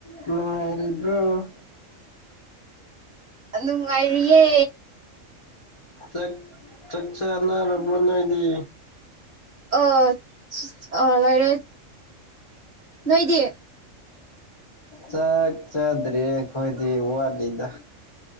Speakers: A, on the left; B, on the right.
A: ꯅꯨꯡꯉꯔꯤꯕꯔꯤꯕ꯭ꯔꯣ ꯎ
B: ꯅꯨꯡꯉꯥꯏꯔꯤꯌꯦ
A: ꯆ ꯆꯛꯆꯥꯅꯔꯕꯅ ꯏꯗꯤ
B: ꯑ‌ꯣ ꯑꯣ ꯂꯩꯏꯔꯦ ꯅꯣꯏꯗꯤ
A: ꯆꯥꯛ ꯆꯗ꯭ꯔꯦ ꯑꯩꯈꯣꯏꯗꯤ ꯋꯥꯠꯂꯤꯗ